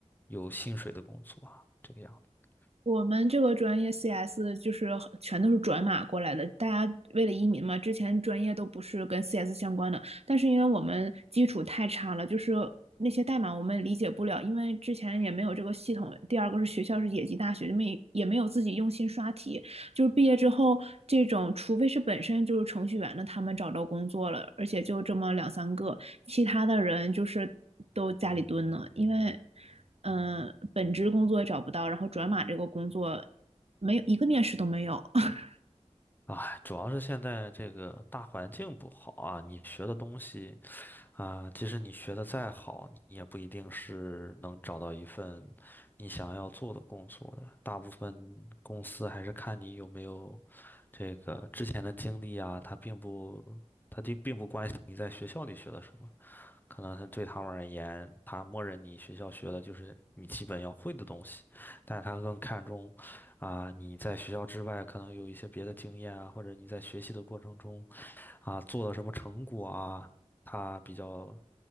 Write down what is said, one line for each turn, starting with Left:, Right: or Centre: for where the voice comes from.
Left: 有薪水的工作啊，这个样子。
Right: 我们这个专业 CS 就是很全都是转码过来的，大家为了移民嘛，之前专业都不是跟 CS 相关的，但是因为我们基础太差了，就是那些代码我们理解不了，因为之前也没有这个系统。第二个是学校是野鸡大学，没也没有自己用心刷题，就是毕业之后这种，除非是本身就是程序员的，他们找到工作了，而且就这么两三个，其他的人就是都家里蹲呢，因为。嗯、呃本职工作也找不到，然后转码这个工作没有一个面试都没有。<laughs>
Left: 哎主要是现在这个大环境不好啊，你学的东西啊，即使你学的再好，你也不一定是能找到一份你想要做的工作的。大部分公司还是看你有没有这个之前的经历啊，他并不，他并并不关心你在学校里学了什么，可能它对他们而言，他默认你学校学的就是你基本要会的东西，但是他更看重，啊、你在学校之外可能有一些别的经验啊，或者你在学习的过程中啊、做了什么成果啊，他比较